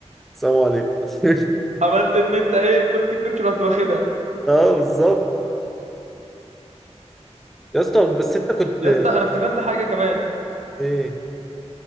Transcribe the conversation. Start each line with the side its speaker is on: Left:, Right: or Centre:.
Centre: السلام عليكم <laughs>
Right: عملت ان انت ايه بتروت الكوتش رحت واخدها
Centre: اه بالظبط يا اسطى بس انت كنت
Right: يا اسطى انا افتكرت حاجه كمان
Centre: ايه